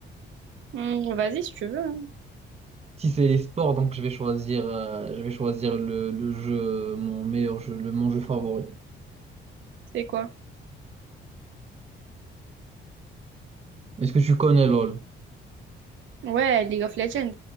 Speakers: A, on the right; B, on the right.
A: Hmm, vas-y si tu veux. hein.
B: Si c'est les sports, donc je vais choisir, euh, je vais choisir le, le jeu, mon meilleur jeu, le, mon jeu favori.
A: C'est quoi?
B: Est-ce que tu connais LOL?
A: Ouais, League of Legends.